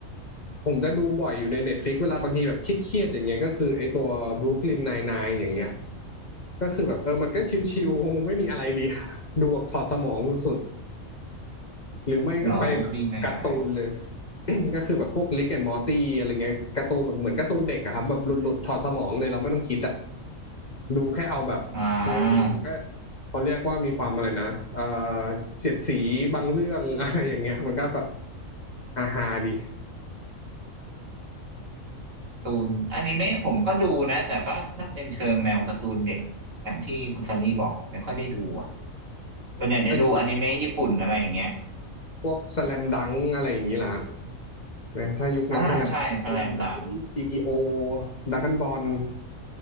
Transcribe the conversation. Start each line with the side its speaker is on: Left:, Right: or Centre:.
Left: ผมจะดูบ่อยอยู่ใน Netflix เวลาบางทีแบบเครียดๆอย่างเงี้ยก็คือไอตัว Brooklyn Nine-Nine อย่างเงี้ยก็คือแบบเออมันก็ชิวๆไม่มีอะไรดีอะดูแบบถอดสมองสุดๆหรือไม่ก็ไปแบบการ์ตูนเลย
Right: หรอบุ๊กลีนไนน์ไนน์
Left: <coughs> <clears throat> ก็คือแบบพวก Rick and Morty อะไรเงี้ยการ์ตูนแบบเหมือนการ์ตูนเด็กอะครับแบบหลุดๆถอดสมองเลยเราไม่ต้องคิดอะดูแค่เอาแบบ
Right: อ่า
Left: บางทีมันก็เขาเรียกว่ามีความอะไรนะเออเสียดสีบางเรื่อง <laughs> อะไรอย่างเงี้ยมันก็แบบฮาๆดี
Right: ตูนอนิเมะผมก็ดูนะแต่ว่าถ้าเป็นเชิงแนวการ์ตูนเด็กอย่างที่คุณซันนี่บอกผมไม่ค่อยได้ดูอ่ะส่วนใหญ่จะดูอนิเมะญี่ปุ่นอะไรอย่างเงี้ย
Left: อันนี้พวกสแลมดังอะไรอย่างงี้ล่ะ นะถ้ายุคนั้นแสลมแสลมดัง
Right: อ่าใช่สแลมดัง
Left: GTO ดราก้อนบอล